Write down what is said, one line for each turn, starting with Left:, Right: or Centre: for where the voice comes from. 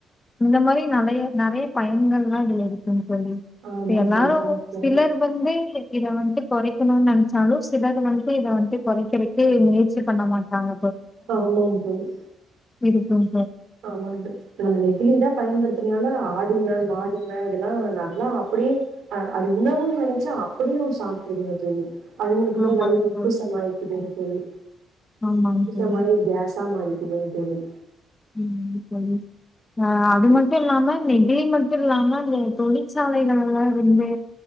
Left: இந்த மாரி நறைய நறைய பயன்கள் எல்லா இதுல இரு இருக்குங்க தோழி
Right: ஆமாங்க
Left: எல்லாரு
Right: தோழி, ஆமாங்க தோழி,
Left: பில்லரு வந்து இத வந்துட்டு கொறைக்கணும்னு நெனச்சாலு சில வந்துட்டு இத வந்துட்டு கொறைக்குறதுக்கு முயற்சி பண்ண மாட்டாங்க
Right: ஆமாங் தோழி
Left: இருக்கும்
Right: ஆமாங் தோழி நம்ம நெகிழிலா பயன்படுத்தறதுனால அ ஆடுங்க மாடுங்க இதெல்லா நல்லா அப்படிய அது இன்னவும் நெனச்சா அப் அப்படியும் சாப்புட்டுறதுங்கு தோழி அதுங்குளுக்குமே
Left: ஆமாங்க
Right: வயிறு உப்பு
Left: தோழி.
Right: சமாயிக்குதுங்க தோழி
Left: ஆமாங்க
Right: உப்பு
Left: தோழி.
Right: சமாயி கேஸா மாரிரு இருங்க தோழி
Left: ம் சொல்லு ஆ
Right: அப்ப
Left: அது மட்டு இல்லாம நீங் இது மட்டு இல்லாம இந்த தொழிற்சாலைகள் எல்லா வந்து